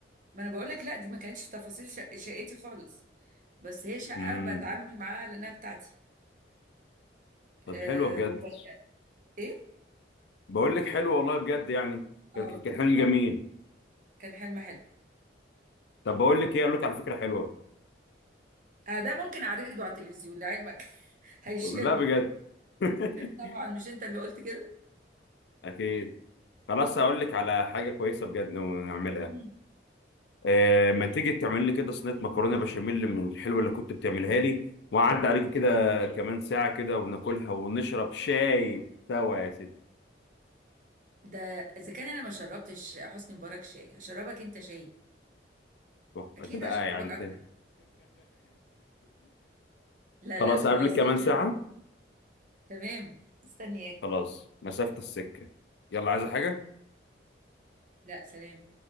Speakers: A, on the right (about 45°); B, on the left (about 65°).
A: ما انا بقول لك لا دي ما كانتش تفاصيل شق... شقتي خالص بس هي شقه
B: امم
A: بتعامل معاها لانها بتاعتي
B: طب
A: أه
B: حلوه بجد
A: وبقى ايه
B: بقول لك حلوه والله بجد يعني
A: اه
B: كان كان كان حلم جميل
A: اه كان حلم حلو
B: طب بقول لك ايه اقول لك على فكره حلوه
A: آه ده ممكن اعرضه على التلفزيون لعلمك <laughs> هيشيرني
B: لا بجد <laughs>
A: طبعا مش انت اللي قلت كده
B: اكيد خلاص هقول لك على حاجه كويسه بجد نعملها
A: مم.
B: آه، ما تيجي تعمل لي كده صينيه مكرونه بشاميل من الحلوه اللي كنت بتعملها لي واعدي عليك كده كمان ساعه كده وناكلها ونشرب شاي سوا يا ست
A: ده اذا كان انا ما شربتش حسني مبارك شاي هشربك انت شاي
B: تحفة.
A: اكيد
B: ده لا
A: هشربك
B: يعني انت
A: اكتر
B: <laughs>
A: لا
B: خلاص
A: لا خلاص
B: قبل كمان
A: هي جاهزة.
B: ساعه
A: تمام مستنياك
B: خلاص مسافه السكه يلا عايزه حاجه
A: لا سلام